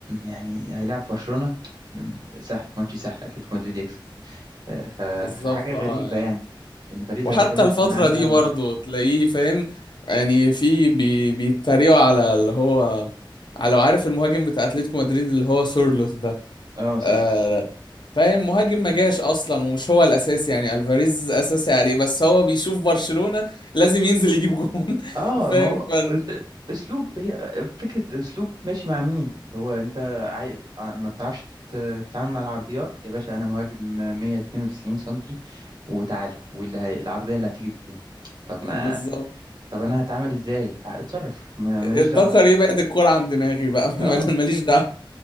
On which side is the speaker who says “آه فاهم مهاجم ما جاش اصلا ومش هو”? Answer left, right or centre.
Left